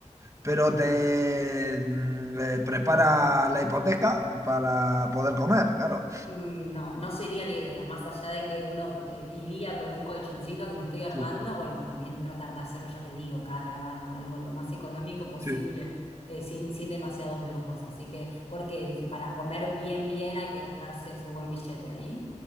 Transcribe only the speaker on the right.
pero te mm, eh, prepara la hipoteca para poder comer, claro.
Sí,
sí.